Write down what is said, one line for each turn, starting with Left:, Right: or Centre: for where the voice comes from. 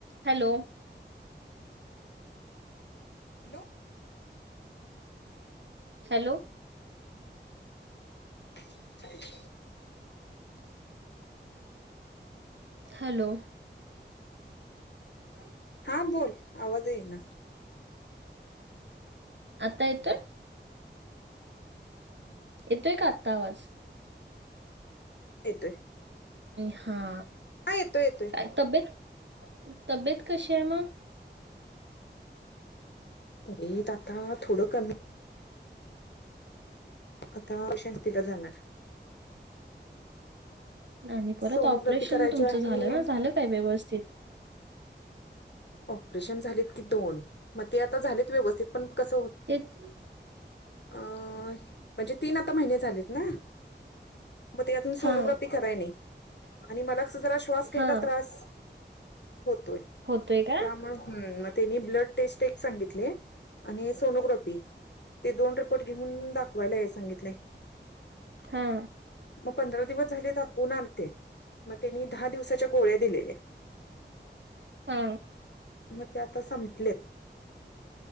Right: Hello!
Left: लो
Right: hello!
Left: <inaudible>
Right: Hello! <inaudible>
Left: हा बोल आवाज येईना?
Right: आता येतोय. येतोय का आत्ता आवाज‌.
Left: येतोय
Right: हा
Left: हा येतोय येतोय
Right: का तब्येत तब्येत कशी आहे मग?
Left: तब्येत आता थोडं कमी आता ओम शांतीला जाणार.
Right: आणि परत
Left: सोनोग्राफी
Right: ऑपरेशन
Left: करायची
Right: तुमच
Left: आहे
Right: झालं ना झालं काय व्यवस्थित?
Left: ऑपरेशन झालेत की दोन ते आता झालेत व्यवस्थित पण कस
Right: तेच
Left: अ म्हणजे तीन आता महिने झालेत ना. मग ते यातून
Right: हा
Left: सोनोग्राफी कराय नाही. आणि मला जरा श्वास घ्यायला
Right: हा
Left: त्रास होतोय.
Right: होतोय का
Left: त्यामुळ हम मग त्यांनी ब्लड टेस्ट एक सांगितले आणि सोनोग्राफी ते दोन रिपोर्ट घेऊन दाखवायला याय सांगितलय.
Right: हा.
Left: मग पंधरा दिवस झाले दाखवून आलते मग त्यांनी दहा दिवसाच्या गोळ्या दिलेल्या.
Right: हा.
Left: मग ते आता संपलेत.